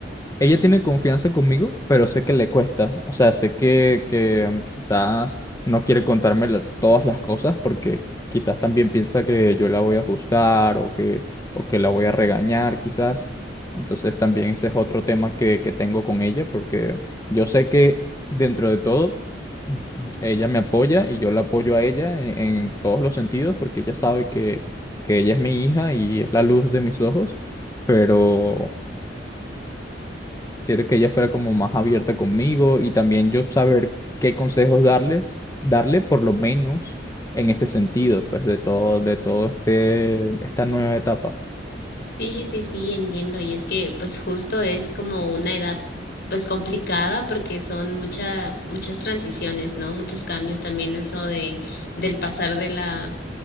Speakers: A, on the left; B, on the left.
A: Ella tiene confianza conmigo, pero sé que le cuesta. O sea, sé que, que mm, quizás no quiere contarme la- todas las cosas porque quizás también piensa que yo la voy a juzgar o que, o que la voy a regañar, quizás. Entonces también ese es otro tema que, que tengo con ella porque yo sé que dentro de todo mm, ella me apoya y yo la apoyo a ella en, en todos los sentidos porque ella sabe que, que ella es mi hija y es la luz de mis ojos, pero quisiera que ella fuera como más abierta conmigo y también yo saber qué consejos darles, darle por lo menos en este sentido, pues de todo, de todo este, esta nueva etapa.
B: Sí, sí, sí, entiendo. Y es que, pues, justo es como una edad, pues, complicada porque son muchas, muchas transiciones, ¿no? Muchos cambios también eso de, del pasar de la